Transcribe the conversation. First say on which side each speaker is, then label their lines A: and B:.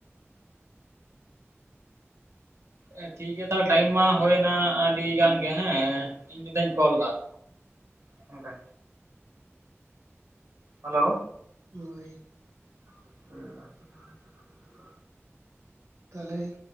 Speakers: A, on the right; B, on the right.
A: ᱮᱸ, ᱴᱷᱤᱠ ᱜᱮᱭᱟ ᱛᱟᱦᱚᱞᱮ ᱴᱟᱭᱤᱢ ᱢᱟ ᱦᱩᱭᱮᱱᱟ ᱟᱹᱰᱤ ᱜᱟᱱ ᱜᱮ ᱦᱮᱸ᱾ ᱤᱧ ᱢᱤᱫ ᱫᱷᱟᱣᱤᱧ ᱠᱚᱞᱫᱟ ᱜᱚᱝᱠᱮ᱾ ᱦᱮᱞᱳ᱾
B: ᱦᱚᱭ ᱾
A: <unintelligible>
B: ᱛᱟᱦᱚᱞᱮ ᱾